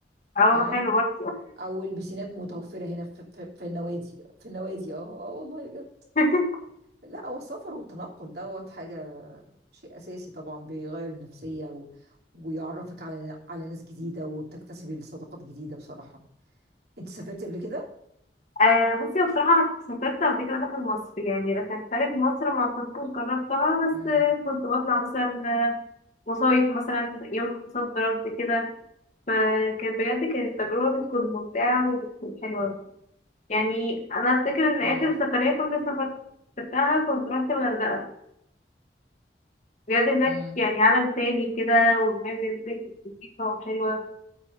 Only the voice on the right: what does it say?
فاهمه
او البسينات متوفره هنا في, في, في النوادي في النوادي اه اه والله بجد
لا هو السفر والتنقل دوت حاجه شيء اساسي طبعا بيغير النفسيه و... ويعرفك على على ناس جديده وبتكتسبي صداقات جديده بصراحه انت سافرتي قبل كده
امم
امم
امم